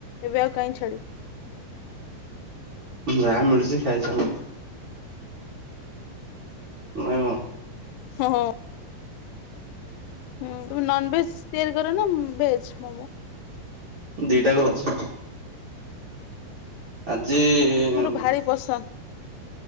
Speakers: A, on the left; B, on the right.
A: ଏବେ ଆଉ କାଇଁ ଛାଡିବି।
B: ଯାହା ମିଳୁଛି ଖାଇ ଚାଲ। ନା କଣ
A: ହଁ ହଁ। ହୁଁ ତୁ ନନଭେଜ ତିଆରି କରେ ନା ଭେଜ ମୋମୋ।
B: ଦିଟା କ ଅଛି। ଆଜି
A: ମୋର
B: ଉଁ
A: ଭାରି ପସନ୍ଦ